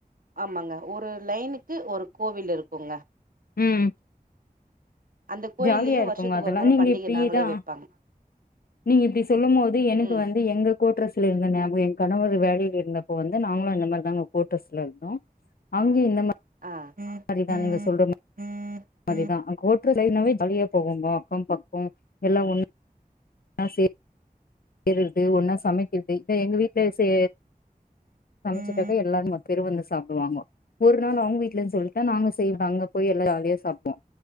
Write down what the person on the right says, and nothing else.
ஆமாங்க ஒரு லைனுக்கு ஒரு கோவில் இருக் க்கோங்க
அந்த கோயில்லயு
வருஷத்துக்கு
ஒரு முற
பண்டிக
நாங்களே வெப்பாங்க
ம்
ஆ ம்
ம்
ம் ம்
ம்